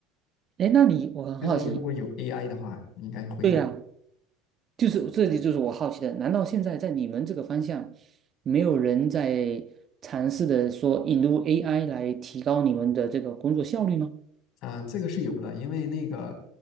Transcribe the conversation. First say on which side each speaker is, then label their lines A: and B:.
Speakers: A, on the right (about 40°); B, on the left (about 55°).
A: 哎，那你我很好奇，
B: 就是说，如果有 AI 的话，应该会很
A: 对呀、就是这里就是我好奇的，难道现在在你们这个方向，没有人在尝试的说引入 AI 来提高你们的这个工作效率吗？
B: 嗯、这个是有的，因为那个，